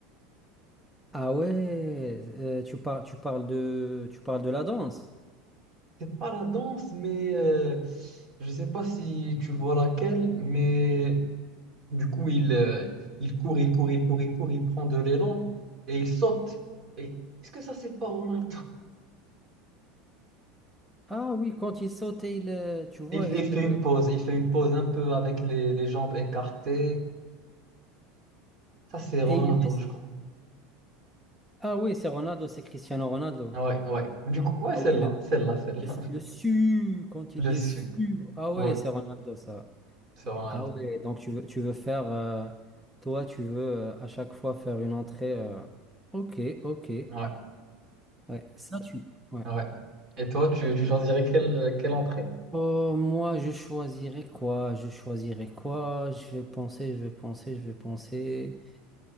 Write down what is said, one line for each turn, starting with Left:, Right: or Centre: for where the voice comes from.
Centre: Ah ouais, euh, tu parles, tu parles de, tu parles de la danse.
Right: C'est pas la danse, mais euh, je sais pas si tu vois laquelle, mais du coup il, euh, il court, il court, il court, il court, il prend de l'élan et il saute. Et est-ce que ça c'est pas Ronaldo?
Centre: Ah oui, quand il saute et il, euh,
Right: <laughs>
Centre: tu vois,
Right: Et Il,
Centre: il
Right: il fait
Centre: euh,
Right: une pause, il fait une pause un peu avec les, les jambes écartées. Ça c'est Ronaldo,
Centre: et il met.
Right: je crois.
Centre: Ah oui, c'est Ronaldo, c'est Cristiano Ronaldo.
Right: Ouais, ouais. Du coup, ouais,
Centre: Ah
Right: celle-là,
Centre: oui, le,
Right: celle-là, celle-là.
Centre: le, le su
Right: <laughs>
Centre: quand
Right: Le
Centre: il est
Right: sud.
Centre: su. Ah
Right: Ouais,
Centre: ouais, c'est Ronaldo ça.
Right: c'est Ronaldo.
Centre: Ah ouais, donc tu veux, tu veux faire, euh, toi, tu veux euh, à chaque fois faire une entrée. euh, Ok, ok.
Right: Ouais.
Centre: Ouais, ça tu. ouais.
Right: Ouais. Et toi, tu, tu choisirais quelle, quelle entrée?
Centre: Oh moi, je choisirais quoi? Je choisirais quoi? Je vais penser, je vais penser, je vais penser.